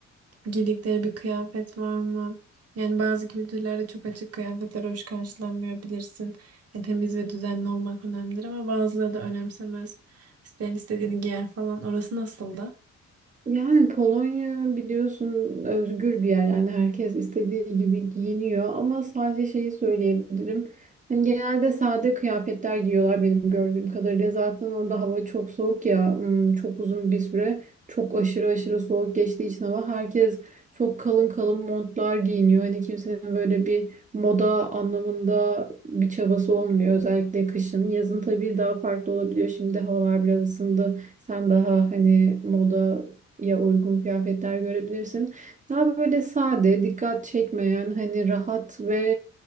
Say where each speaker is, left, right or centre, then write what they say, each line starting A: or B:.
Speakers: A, on the right; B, on the right.
A: Giydikleri bir kıyafet var mı? Yani bazı kültürlerde çok açık kıyafetler hoş karşılanmıyor bilirsin. Yani temiz ve düzenli olmak önemlidir ama bazıları da önemsemez. İsteyen istediğini giyer falan. Orası nasıldı?
B: Yani Polonya biliyorsun özgür bir yer yani herkes istediği gibi giyiniyor ama sadece şeyi söyleyebilirim. Hani genelde sade kıyafetler giyiyorlar benim gördüğüm kadarıyla. Zaten orada hava çok soğuk ya hmm, çok uzun bir süre çok aşırı aşırı soğuk geçtiği için hava herkes çok kalın kalın montlar giyiniyor. Hani kimsenin böyle bir moda anlamında bir çabası olmuyor özellikle kışın. Yazın tabii daha farklı olabiliyor şimdi havalar biraz ısındı. Sen daha hani moda ya uygun kıyafetler görebilirsin. Daha böyle sade, dikkat çekmeyen, hani rahat ve